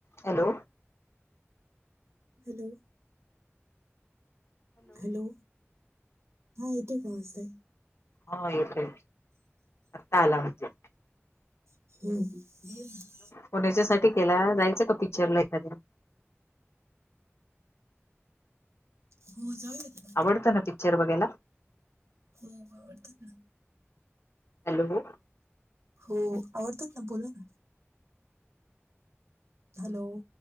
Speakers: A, on the left; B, on the right.
A: Hello.
B: Hello hello हा येतोय का आवाज ताई?
A: हा येतोय, आत्ता आला म्हणजे.
B: <inaudible>
A: फोन याच्यासाठी केला जायचं का पिक्चर ला एखाद्या?
B: हो जाऊयात ना
A: आवडतं ना पिक्चर बघायला?
B: हो आवडतात ना.
A: हॅलो
B: हो आवडतात ना बोला ना. हॅलो